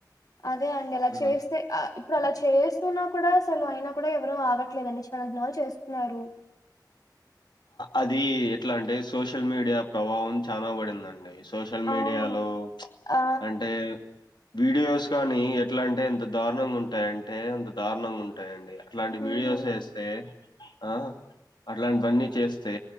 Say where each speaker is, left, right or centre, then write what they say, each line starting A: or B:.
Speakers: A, on the left (about 55°); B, on the left (about 80°).
A: అదే అండి అలా
B: ఆ!
A: చేస్తే ఇప్పుడు అలా చేస్తున్నా కూడా అసలు అయినా కూడా ఎవరు ఆగట్లేదండి చిన్న దినలు చేస్తున్నారు
B: అది ఎట్లా అంటే సోషల్ మీడియా ప్రభావం చాలా పడిందండి సోషల్
A: అవును.
B: మీడియాలో
A: ఆ!
B: అంటే వీడియోస్ కాగానీ ఎట్లా అంటే ఎంత దారుణంగా ఉంటాయంటే అంత దారుణంగా ఉంటాయంండి అట్లాంటి
A: హ్మ్.
B: వీడియోస్ వేస్తే ఆ అట్లాంటివన్నీ చేస్తే